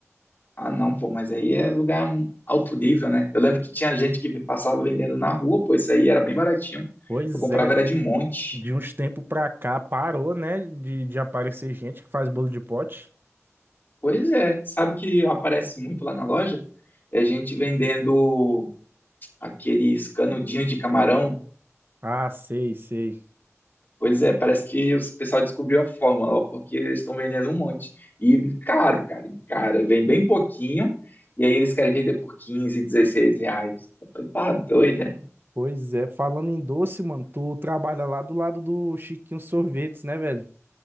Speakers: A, on the left; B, on the right.
A: Ah, não, pô, mas aí é lugar alto nível, né? Eu lembro que tinha gente que passava vendendo na rua, pô, isso aí era bem baratinho.
B: Pois
A: Eu comprava
B: é,
A: era de monte.
B: de uns tempos pra cá parou, né, de, de aparecer gente que faz bolo de pote.
A: Pois é, sabe o que aparece muito lá na loja? É gente vendendo aqueles canudinhos de camarão
B: Ah, sei, sei.
A: Pois é, parece que o pessoal descobriu a fórmula, ó, porque eles estão vendendo um monte. E caro, cara, e cara, vem bem pouquinho, e aí eles querem vender por 15, 16 reais. Eu falei, tá doido, né?
B: Pois é, falando em doce, mano, tu trabalha lá do lado do Chiquinho Sorvetes, né, velho?